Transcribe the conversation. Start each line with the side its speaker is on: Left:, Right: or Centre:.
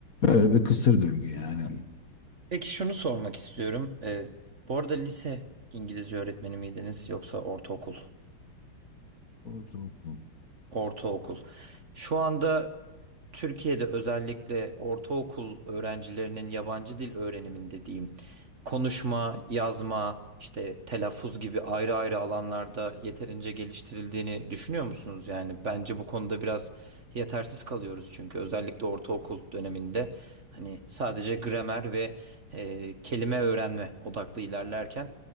Left: Böyle bir kısır döngü yani.
Right: Peki şunu sormak istiyorum. Ee, bu arada lise İngilizce öğretmeni miydiniz yoksa ortaokul?
Left: Ortaokul.
Right: Ortaokul. Şu anda Türkiye'de özellikle ortaokul öğrencilerinin yabancı dil öğreniminde diyeyim, konuşma, yazma, işte telaffuz gibi ayrı ayrı alanlarda yeterince geliştirildiğini düşünüyor musunuz? Yani bence bu konuda biraz yetersiz kalıyoruz çünkü özellikle ortaokul döneminde hani sadece gramer ve e, kelime öğrenme odaklı ilerlerken